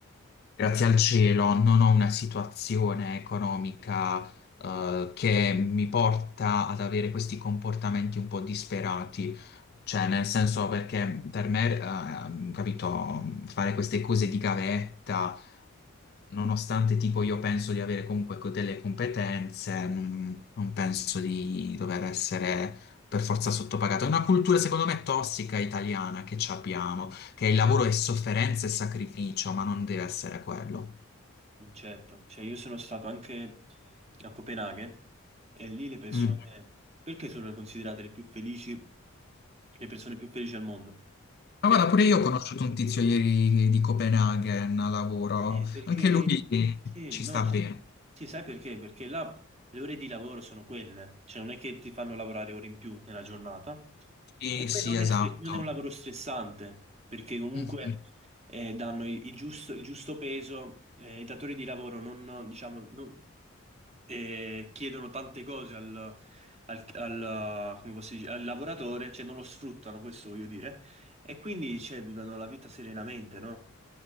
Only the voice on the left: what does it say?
Grazie al cielo non ho una situazione economica, eh, che mi porta ad avere questi comportamenti un po' disperati. Cioè, nel senso perché per me, eh, capito, fare queste cose di gavetta, nonostante tipo io penso di avere comunque co- delle competenze, non, non penso di dover essere per forza sottopagato. È una cultura, secondo me, tossica italiana che ci abbiamo, che il lavoro è sofferenza e sacrificio, ma non deve essere quello.
Mm.
Ma
guarda, pure io ho conosciuto un tizio ieri di Copenaghen a lavoro,
anche lui
ci
sta
bene.
Sì,
sì,
esatto.
Mhm.